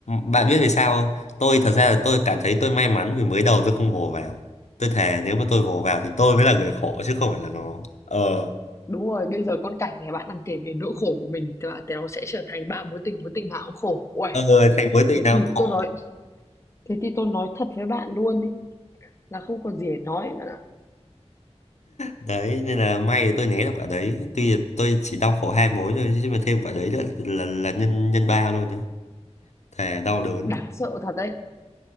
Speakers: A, on the left (about 80°); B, on the left (about 25°).
A: bạn biết vì sao không? tôi thật ra là tôi cảm thấy tôi may mắn vì mới đầu tôi không vồ vào tôi thề nếu mà tôi vồ vào thì tôi mới là người khổ chứ không phải là nó ờ
B: Đúng rồi, bây giờ con cảnh này bạn đang kể về nỗi khổ của mình là nó sẽ trở thành ba mối tình, mối tình nào cũng khổ. Uầy,
A: ờ thành mối tình
B: thế
A: nào
B: thì
A: cũng khổ
B: tôi nói thế thì tôi nói thật với bạn luôn ấy, là không còn gì để nói bạn ạ.
A: đấy nên là may tôi né được quả đấy tuy là tôi chỉ đau khổ hai mối thôi chứ mà thêm quả đấy nữa là là, là nhân nhân ba luôn đấy thề đau đớn
B: Đáng sợ thật đấy.